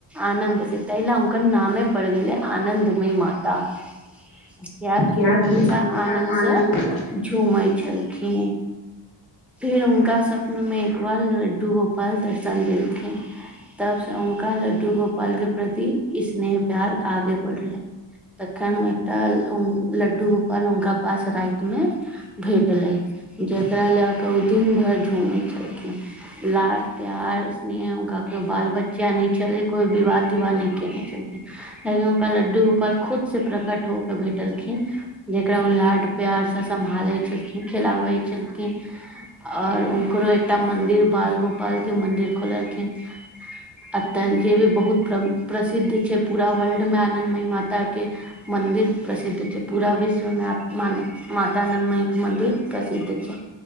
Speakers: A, in the centre; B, on the left.
A: आनन्द स तहि ल उनकर नामे पड़ गेलै आनन्दमयी माता कियाकि
B: कियाकि
A: ओ हमेशा आनन्दसँ
B: आनन्द से
A: झूमै छलखिन। फेर उनका स्वप्न में एकबार लड्डू गोपाल दर्शन देलखिन तब स उनका लड्डू गोपाल के प्रति स्नेह प्यार आगे बढ़ले तखन ओ एकटा लड्डू गोपाल हुनका पास राइत। मे भेटलै जकरा लए कऽ ओ दिन भैर झूमै छलखिन। लाड प्यार स्नेह उनका केओ बाल बच्चा नै छले कोइ विवाह तीवाह ने केने चलत कीयाकी उनका लड्डू गोपाल खुद से प्रकट हो के भेटलखिन जकरा उ लाड प्यारसँ सम्हालै छलखिन खेलाबै छलखिन आओर उनकरो एकटा मन्दिर बाल गोपाल के मंन्दिर खोललखिन। अतऽ जे भी बहुत प्रसिद्ध छै पूरा वर्ल्ड मे आनन्दमय माता के मन्दिर प्रसिद्ध छै पूरा विश्वमे माता आनन्दमय के मन्दिर प्रसिद्ध छै